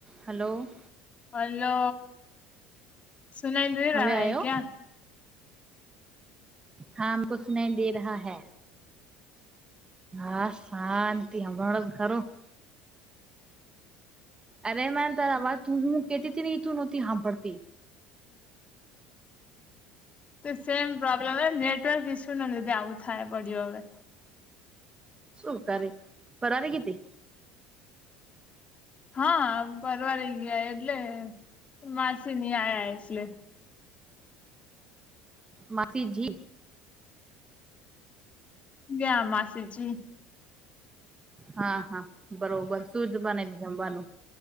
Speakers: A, on the right (about 20°); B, on the left (about 35°).
A: Hello.
B: Hello, સુનાઈ દઈ
A: હવે
B: રહ
A: આયો
B: હૈ ક્યા?
A: હા આમક સુનાઈ દે રહા હૈ. હા શાંતિ હમણાં હણા ખરું. અરે માન તવા તું મું કેતી હતી ને તું નહોતી હાંભરતી. <inaudible>
B: તો સેમ પ્રોબ્લેમ નેટવર્ક ઇસ્યૂ ના લીધી આવું થાય પડ્યું હવે.
A: સુું કરે? રે પરવાઈગીતી કીધી.
B: હા પરવારી ગિયા એટલે માછી ને આયા એટલે.
A: માસીજી.
B: ગ્યા માસીજી.
A: હા હા બરોબર શું જ બને છે જમવાનું?